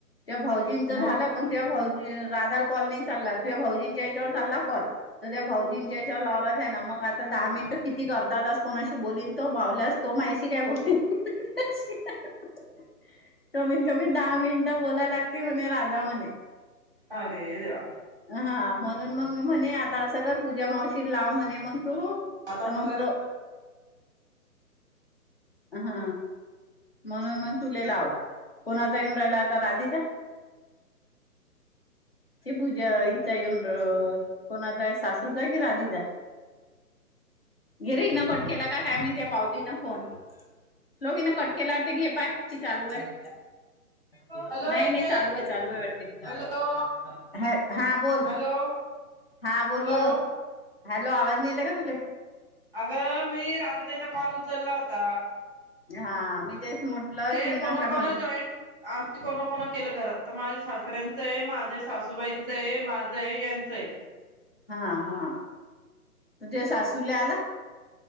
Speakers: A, on the left; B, in the centre.
A: तेव्हा भाऊजींचं
B: मग
A: झालं पण तेव्हा भाऊजी राधाला कॉल नाही चालला तया भाऊजींच्या याच्यावर चालला कॉल तर त्या भाऊजींच्या हिच्यावर लावला त्यानं मग आता दहा मिनिट किती ग अर्धा तास कोणाशी बोलीन तो बावल्यास तो मायशी काय बोलेल हि हि ह हि हि हि कमीत कमी दहा मिनिट होला लाग म्हणे राधा म्हणे
B: अरे देवा
A: - हा म्हणून मग म्हणे आता सगळं पूजा मावशीला लाव म्हणे मग तू तर
B: आता मला
A: मग तो हा म्हणून मग तुले लावला कोणाचा येऊन राहिला आता राधीचा कि पूजा हिचा येऊन कोणाचा सासूचा कि राधीचा गिर हन कट केला का काय मी त्या बाऊलीन फोन लोक हिन कट के लाटे घे पाय ची चालू आहे. नाही
B: हॅलो रेणुताई
A: नाही चालू आहे चालू आहे वाट
B: हॅलो
A: हा बोल
B: हॅलो
A: हा बोल
B: हॅलो
A: व हॅलो आवाज नाही येत का तुे
B: अगं मी राधा त्याचा कॉल उचलला होता.
A: हा मी तेच म्हटलं
B: ते
A: की
B: कोण
A: न का
B: कोण
A: मध
B: जॉईन आम्ही कोण कोण केलं घरात तर माझे सास सासऱ्यांचं आहे माझ्या सासूबाईंचं आहे माझं आहे यांचंय
A: हा हा तुह्या सासु ला आला.